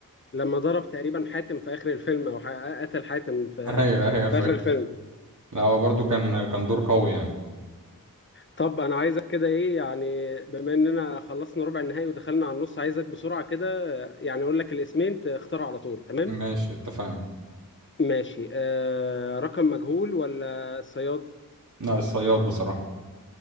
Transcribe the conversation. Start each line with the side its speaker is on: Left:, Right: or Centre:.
Left: لما ضرب تقريبا حاتم في اخر الفيلم او ح... قتل حاتم في
Right: ايوه ايوه فاكر
Left: في اخر الفيلم
Right: لا هو برضه كان كان دور قوي يعني
Left: طب انا عايزك كده ايه يعني بما اننا خلصنا ربع النهائي ودخلنا على النص عايزك بسرعة كده يعني اقول لك الاسمين تختاروا على طول تمام
Right: ماشي اتفقنا
Left: ماشي آه رقم مجهول ولا الصياد
Right: لا الصياد بصراحة